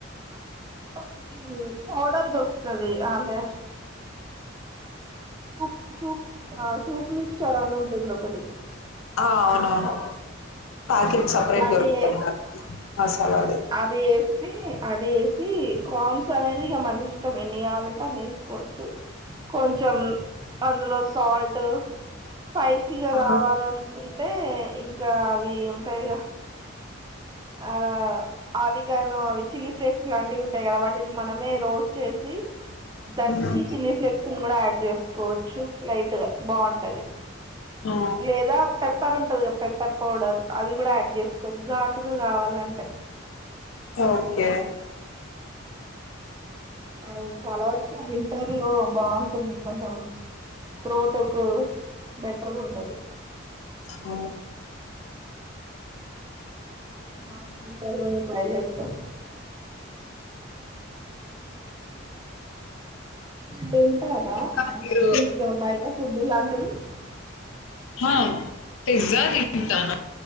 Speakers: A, on the right (about 20°); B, on the left (about 80°).
A: ఒకటి పౌడర్ దొరుకుతుది అంటే. ఒక సూప్ సూప్ మిక్చర్ అని ఉంటుంది ఒకటి
B: ఆ అవునవును ప్యాకెట్ సపరేట్
A: దాన్ని
B: దొరుకుతుంది దానికి మసాలాది
A: అది వేసి అది వేసి కాన్స్ అనేది ఇక మన ఇష్టం ఎన్ని కావాలంటే. వేసుకోవచ్చు కొంచెం అందులో సాల్ట్ స్పైసీగా
B: ఆ
A: కావాలనుకుంటే. ఇ ఇంకా అవి దయ ఆ ఆరిగాను అవి చిల్లీ ఫ్లేక్స్ లాంటివి ఉంటాయి కదా వాటిని మనమే రోస్ట్ చేసి దంచి
B: హ్మ్
A: చిల్లీ ఫ్లేక్స్ని కూడా యాడ్ చేసుకోవచ్చు లైట్ గా బాగుంటది
B: ఆ
A: లేదా పెప్పర్ ఉంటది కదా పెప్పర్ పౌడర్ అది కూడా యాడ్ చేసుకోవచ్చు ఘాటుగా కావాలంటే
B: ఓకే
A: అది చాలా వరకు వింటర్ లో బాగుంటుంది కొంచెం త్రొటకు బెటర్గా ఉంటాది
B: ఆ,
A: బాగా ఉంటారు కదా <inaudible> అదే ఇడా ఉంటారా
B: కానీ మీరు
A: పిజ్జా బయట వొద్దులాంటివి
B: హ పిజ్జా తింటాను